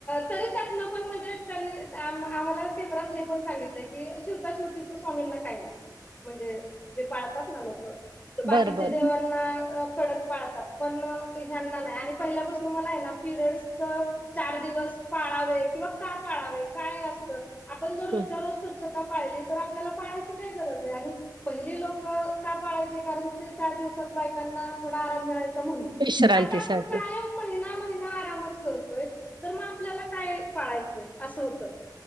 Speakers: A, on the left; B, on the right.
A: तरी त्यात न पण म्हणजे त्यांनी आम्हाला केंद्रात हे पण सांगितलंय. कि शिवता शिवती च स्वामीं ना काही नाही म्हणजे जे पाळतात ना लोकं. त बाकीच्या
B: बर बर
A: देवांना कडक पाळतात लागतं पण ह्यांना नाही आणि पहिल्यापासून मला आहे ना पिरियड्स च चार दिवस पाळावे किंवा का पाळावे काय असत आपण जर
B: <inaudible> हम्.
A: <inaudible> जर स्वच्छता पाळली तर आपल्याला पाळायची काय गरज आहे आणि पहिली लोक का पाळायचे कारण ते चार दिवसात बायकांना थोडा आराम मिळायचा. <inaudible> पण
B: विश्रांतीसाठी
A: आता आपण कायम महिना, महिना आरामच करतोय तर मग आपल्याला काय पाळायचं असं होत.